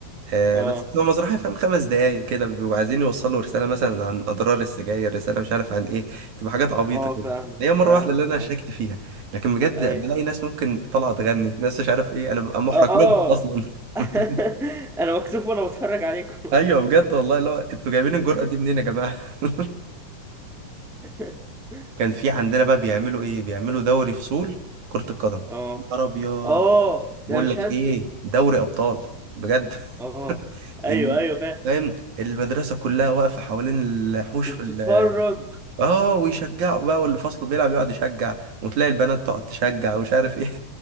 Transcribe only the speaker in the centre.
اه
اه
فاهمك
فاهمك
اه
ايوه
اه
<laughs>
انا مكسوف وانا بتفرج عليكم
<laughs>
اه
اه
ده مش
هنسى
اه
ايوه
ايوه فاهم
وتتفرج